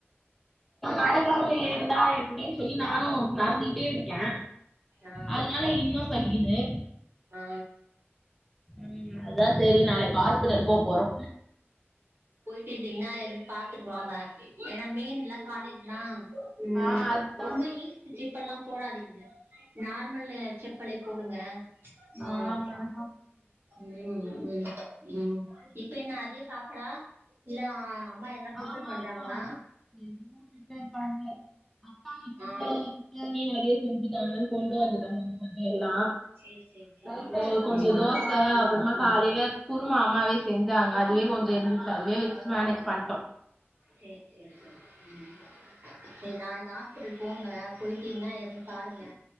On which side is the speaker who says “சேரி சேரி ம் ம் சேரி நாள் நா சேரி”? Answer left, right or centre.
Right